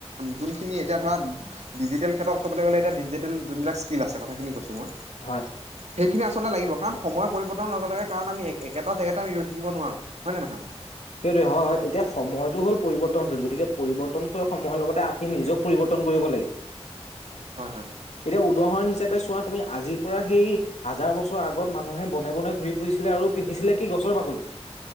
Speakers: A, on the right; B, on the left.
A: যোনখিনি এতিয়া ধৰা ডিজিটেল ক্ষেত্রত ক'বলৈ গ'লে এতিয়া ডিজিটেল যোনবিলাক স্কিল আছে কথাখিনি কৈছো মই।
B: হয়।
A: সেইখিনি আচলতে লাগিব কাৰণ সময়ৰ পৰিৱৰ্তন লগে লগে কাৰণ আমি একে একেটা জেগাতে আমি ৰৈ থাকিব নোৱাৰো। হয় নে নহয় বাৰু?
B: সেইটোৱে, হয় হয়, এতিয়া সময়টো হ'ল পৰিৱৰ্তনশীল, গতিকে পৰিৱৰ্তনশীল সময়ৰ লগতে আমি নিজক পৰিৱৰ্তন কৰিব লাগিব।
A: হয় হয়।
B: এতিয়া উদাহৰণ হিচাপে চোৱা তুমি আজিৰ পৰা সেই হাজাৰ বছৰ আগত মানুহে বনে বনে ঘূৰি ফুৰিছিলে আৰু পিন্ধিছিলে কি গছৰ বাকলি।